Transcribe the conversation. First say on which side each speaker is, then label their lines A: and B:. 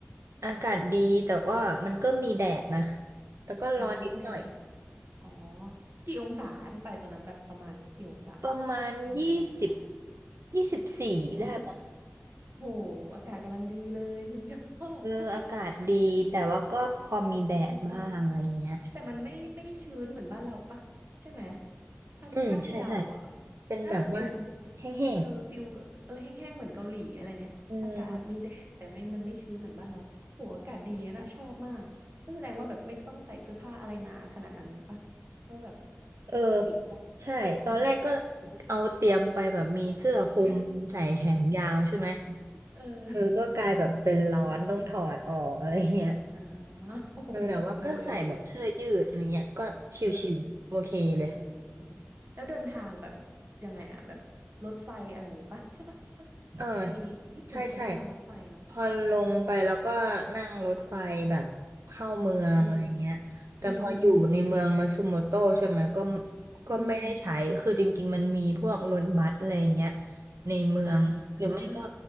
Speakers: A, on the right (about 85°); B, on the right (about 55°).
A: อากาศดีแต่ว่ามันก็มีแดดนะแต่ก็ร้อนนิดหน่อย
B: อ่ามีแดดอ๋อกี่องศาที่ไปตอนนั้นแบบประมาณกี่องศา
A: ประมาณยี่สิบ
B: ทำไมร้อนร้อน
A: ยี่สิบสี่ได้มั้ง
B: อ๋อโหอากาศกำลังดีเลยฉันชอบ
A: เอออากาศดีแต่ว่าก็พอมีแดดบ้างอะไรเงี้ย
B: <laughs> ฉันชอบเออเออ แต่มันไม่ไม่ชื้นเหมือนบ้านเราปะใช่ไหมถ้าถ้าให้เดาอ่ะ
A: อืมใช่ใช่เป็นแบบว่า
B: น่าจะฟิล
A: แห้ง
B: เออฟิลแบบเออแห้งๆเหมือนเกาหลีอะไรเงี้ยอากาศมีแดดแต่ไม่มันไม่ชื้นเหมือนบ้านเราโหอากาศดีอะนะชอบมากก็แสดงว่าแบบไม่ต้องใส่เสื้อผ้าอะไรหนาขนาดนั้นปะ
A: ๆอืม
B: ก็แบบ
A: เออ
B: ปกติได้
A: ใช่ตอนแรกก็
B: อืม
A: เอาเตรียมไปแบบมีเสื้อคลุมใส่แขนยาวใช่ไหม
B: <laughs> เออ
A: เออก็กลายแบบเป็นร้อนต้องถอดออกอะไรเงี้ย
B: อืม <laughs> อ่าโอ้ <laughs>
A: เออแต่ว่าก็ใส่แบบเสื้อยืดอะไรเงี้ยก็ชิวๆโอเคเลย
B: โหเออเออเออเออ อ๋อแล้วเดินทางแบบยังไงอะแบบรถไฟอะไรอย่างงี้ปะใช่ปะใช่ปะ
A: เออ
B: ไอญี่ปุ่นเขาเดินทางรถไฟเนาะอ๋อ
A: ใช่ใช่พอลงไปแล้วก็นั่งรถไฟแบบเข้าเมืองอะไรเงี้ยแต่พออยู่ในเมืองมันซูโมโตใช่ไหมก็
B: เอออืมอืมอืม
A: ก็ไม่ได้ใช้คือจริงๆมันมีพวกรถบัสอะไรเงี้ย
B: อืม
A: ในเมืองหรือไม่ก็
B: อ่า